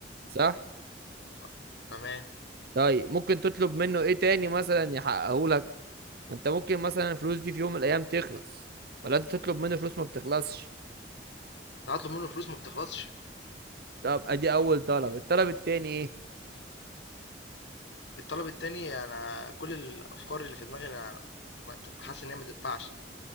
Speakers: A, on the right; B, on the left.
A: صح
B: خ تمام،
A: طيب ممكن تطلب منه ايه تاني مثلا يحققه لك ما انت ممكن مثلا الفلوس دي في يوم من الايام تخلص ولا انت تطلب منه فلوس ما بتخلصش
B: ده هاطلب منّه فلوس ما بتخلصش،
A: طب ادي اول طلب الطلب التاني ايه
B: الطلب التاني أنا كل الأفكار اللي في دماغي أنا ما ت حاسس إن هي ما تنفعش،